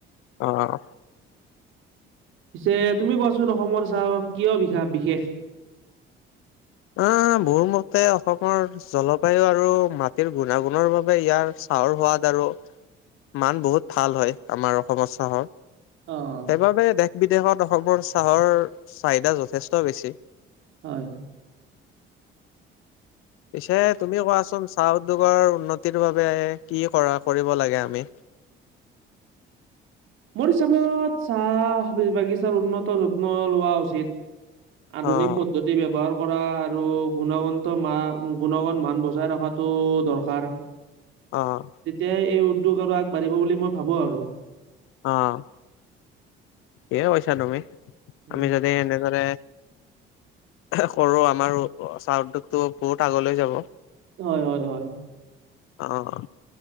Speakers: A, on the left; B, on the right.
A: অহ, অহ
B: পিছে তুমি কোৱাচোন অসমত চাহ কিয় বিশ বিশেষ
A: অ মোৰ মতে অসমৰ জলবায়ু আৰু মাটিৰ গুণাগুণৰ বাবে ইয়াৰ চাহৰ সোৱাদ আৰু মান বহুত ভাল হয়। আমাৰ অসমৰ চাহৰ
B: অ',
A: সেইবাবে দেশ বিদেশত অসমৰ চাহৰ চাহিদা যথেষ্ট বেছি।
B: হয়।
A: পিছে তুমি কোৱাচোন চাহ উদ্যোগৰ উন্নতিৰ বাবে কি কৰা কৰিব লাগে আমি?
B: মোৰ হিচাপত চাহ বাগিচাৰ উন্নত যত্ন লোৱা উচিত। আধুনিক
A: অ',
B: প্ৰদ্ধতি ব্যৱহাৰ কৰা আৰু গুণগন্ত মা গুণগত মান বজাই ৰখাটো দৰকাৰ।
A: অহ, অহ
B: তেতিয়া এই উদ্যোগ আৰু আগবাঢ়িব বুলি মই ভাবো আৰু
A: অহ ঠিকেই কৈছা তুমি,
B: উম।
A: আমি যদি এনেদৰে সৰু আমাৰো চাহৰ উদ্যোগটো বহুত আগলৈ যাব।
B: হয় হয় হয়।
A: অহ